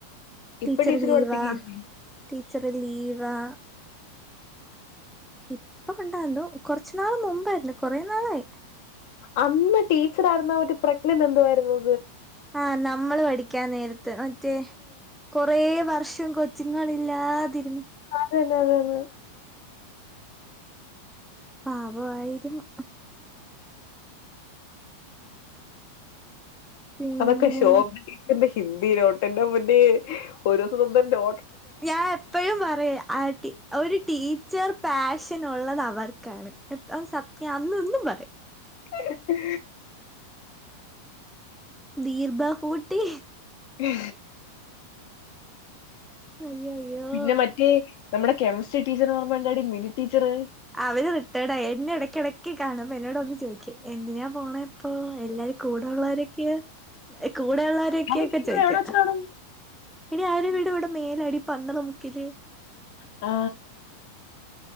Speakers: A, on the left (about 50°); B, in the centre.
A: ഇപ്പൊ
B: ടീച്ചർ ലീവാ.
A: പഠിപ്പിക്കയില്ലേ
B: ടീച്ചറ് ലീവാ. ഇപ്പൊ ഉണ്ടായിരുന്നു കൊറച്ച നാള് മുമ്പായിരുന്നു കൊറെ നാളായി.
A: അന്ന് ടീച്ചറായിുന്ന ആ ഒരു പ്രജ്ഞ എ എന്തുായിരുന്നു?
B: ആഹ, നമ്മള് പഠിക്കാൻ നേരത്ത് മറ്റേ കൊറേ വ. വർഷം കൊച്ചുങ്ങളില്ലാതിന്ന്.
A: തന്നെതന്നെ.
B: പാവായിരുന്നു. പിന്നെ
A: അവൊക്കെ ശോ. ഹിന്ദി നോട്ട്ന്നെ മുന്നേ ഒരു ദിവസം നോ.
B: ഞാൻ എപ്പോഴും, പറ ആ ഒരു ടീച്ചർ പാഷ. അഛനുള്ളത് അവർക്കാണ്. എത്ര സത്യം അന്നൊന്നും പറയും.
A: ഹെ ഹെ
B: വീർബാ ഹൂട്ടി.
A: ശ്
B: അയ്യോ അയ്യോ
A: പിന്നെ മറ്റേ നമ്മുടെ കെമിസ്ട്രി ടീച്ചർ ഓർമ്മണ്ടടി? Minute teacher?
B: അവര് റിട്ടയേഡ ആായി എന്നെ ഇടക്കിടയ്ക്ക് കാണപ്പ എന്നോട് ഒമ്മന്ന് ചോദിക്ക എന്തിനാ പോണേ? പ്പൊ എല്ലാരും കൂടെള്ളവരൊക്കെ. കൂടെയള്ളവരൊക്കെയൊക്കെ
A: അതൊക്കെ
B: ചോയ്ക്ക.
A: എവിടെ വെച്ച് കാണും
B: ഇനി ആരുവിട് ഇവിടെ മേലടി പന്തള മുക്കില്.
A: ആ